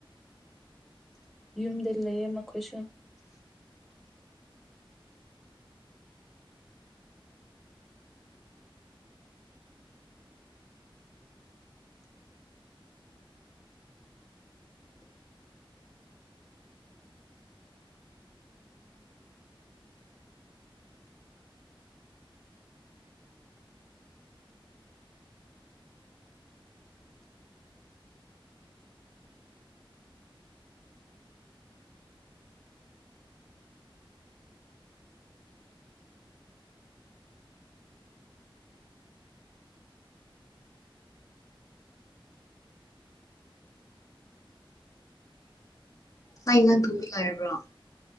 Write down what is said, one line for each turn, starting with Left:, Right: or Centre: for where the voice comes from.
Centre: ꯌꯨꯝꯗ ꯂꯩꯌꯦ ꯃꯈꯣꯏꯁꯨ
Left: <unintelligible> ꯇꯨꯃꯤ ꯂꯔꯕ꯭ꯔꯣ